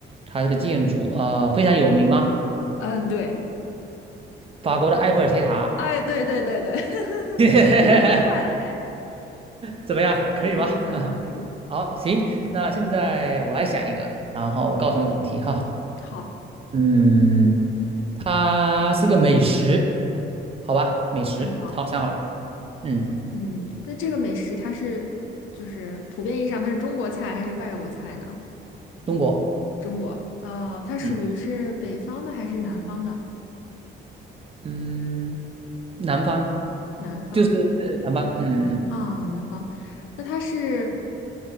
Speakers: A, on the right; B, on the left.
A: 它这个建筑呃非常有名吗？
B: 嗯，对。
A: 法国的埃菲尔铁塔，
B: 哎，对对对对，<laughs>
A: <laughs>
B: 哎，就很快了，哎，
A: 怎么样？
B: 相当可以，
A: 可以吧？
B: 相当可以。
A: <laughs> 好，行，那现在我来想一个，然后我告诉你主题哈。
B: 好，
A: 嗯，它是一个美食，好吧？美食，
B: 嗯，好，
A: 好，想好了。嗯，
B: 嗯，那这个美食它是就是普遍意义上它是中国菜还是外国菜呢？
A: 中国，
B: 中国，呃，它属于是北方的还是南方的？
A: 嗯嗯，南方
B: 南方
A: 就是南方，嗯嗯，嗯
B: 啊，南方。那它是